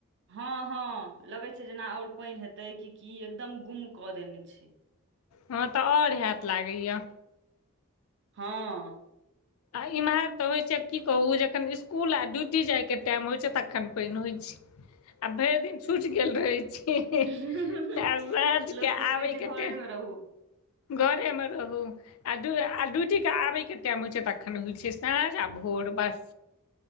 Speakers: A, on the right; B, on the left.
A: हँ हँ लगै छै जेना आओर पानि हेतै कि की एकदम गुम कऽ देने छै
B: हँ तऽ आओर हेत लागैय
A: हँ
B: आ इम्हर तऽ होइत छै की कहू जखन स्कूल आ ड्यूटी जायके टाइम होइत छै तखन पानि होइत छै आ भरि दिन छूटि गेल रहै छै
A: लोकके
B: आ साझ के आबै
A: कहै छै घरेमे
B: के टाइम
A: रहू
B: घरेमे रहू आ ड्यूटी के आबैके टाइम होइ छै तखन होइ छै साँझ आ भोर बस